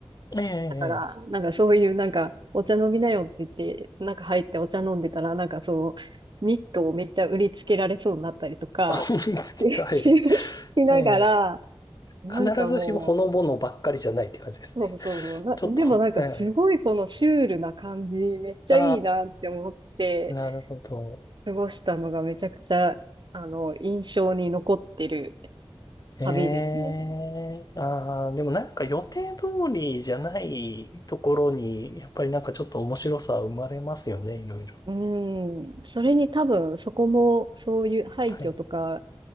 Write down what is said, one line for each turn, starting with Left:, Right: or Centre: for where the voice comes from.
Left: ええ、
Right: だから、
Left: ええ
Right: なんかそういうなんか、お茶飲みなよって言って、なんか入ってお茶飲んでたら、なんかそう、ニットをめっちゃ売りつけられそうになったりとか、
Left: あ、思いつけ、
Right: <laughs>
Left: はい。
Right: し、しながら、
Left: ええ、
Right: なんかもう、
Left: 必ずしもほのぼのばっかりじゃないって感じですね。
Right: そうそうそうそう。
Left: <laughs> ちょっと、
Right: なでもなんかすごいこのシュールな感じ、
Left: はい。
Right: めっちゃいいなって思って
Left: ああ、なるほど。
Right: 過ごしたのがめちゃくちゃ、あの、印象に残ってる
Left: ええ、
Right: 旅ですね。
Left: ああ、でもなんか予定通りじゃないところに、やっぱりなんかちょっと面白さ生まれますよね、いろいろ。
Right: うん。それに多分そこもそういう廃墟とか、
Left: はい。